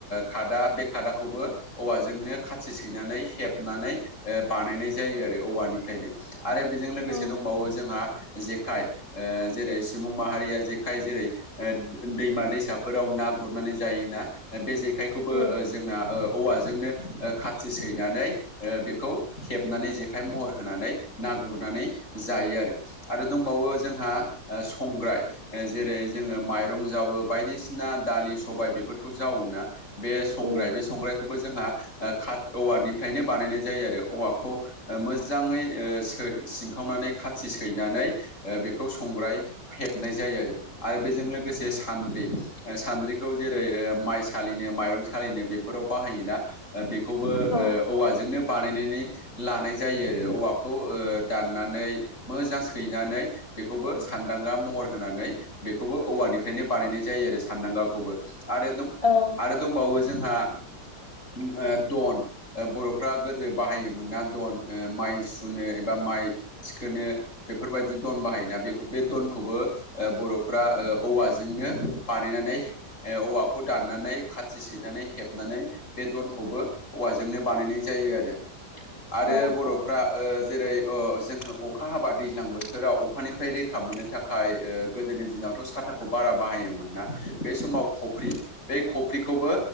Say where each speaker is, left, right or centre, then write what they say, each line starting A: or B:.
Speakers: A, on the left; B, on the left.
A: खादा बे खादाखौबो औवाजोंनो खाथि सैनानै हेबनानै ओ बानायनाय जायो आरो औवानिफ्रायनो। आरो बेजों लोगोसे
B: उम
A: दंबावो जोंहा जेखाइ ओ जेरै सुबुं माहारिया जेखाय जेरै ओ दैमा दैसाफोराव ना गुरनानै जायोना? बे जेखायखौबो
B: उम
A: जोंना ओ औवाजोंनो ओ खाथि सैनानै ओ बेखौ हेबनानै जेखाइ महर होनानै ना गुरनानै जायो आरो। आरो दंबावो जोंहा ओ संग्राय ओ जेरै जोङो माइरं जावो बायदिसिना दालि, सबाय बेफोरखौ जावोना? बे संग्राय
B: उम
A: बे संग्रायखौबो जोंहा ओ खाद औवानिफ्रायनो बानायनाय जायो आरो औवाखौ ओ मोजाङै ओ सिनखावनानै खाथि सैनानै ओ बेखौ संग्राय हेबनाय जायो आरो। आरो बेजों लोगोसे सान्द्रि ओ सान्द्रिखौ जेरै ओ माइसालिनो माइरं सालिनो बेफ फोराव बाहायोना। ओ बेखौबो ओ
B: औ
A: औवाजोंनो बानायनानै लानाय जायो आरो। औवाखौ ओ दाननानै मोजां सैनानै बेखौबो सानदांगा महर होनानै बेखौबो औवानिफ्रायनो बानायनाय जायो आरो सानदांगाखौबो। आरो दं
B: औ
A: आरो दंबावो जोंहा ओ दन ओ बर'फ्रा गोदो बाहायोमोनना दन ओ माइ सुनो एबा माइ थिखोनो बेफोरबायदि दन बाहायोना बेखौ बे दनखौबो ओ बर'फ्रा ओ औवाजोंनो बानायनानै ओ औवाखौ दाननानै खाथि सै नानै हेबनानै बे दनखौबो औवाजोंनो बानायनाय जायो आरो। आरो
B: औ
A: बर फ्रा ओ जेरै ओ जोङो अखा हाबा दैज्लां बोथोराव अखानिफ्राय रैखा मोननो थाख खाय ओ गोदोनि दिनावथ' साथाखौ बारा बाहायोमोन ना। बै समाव खफ्रि बे खफ्रिखौबो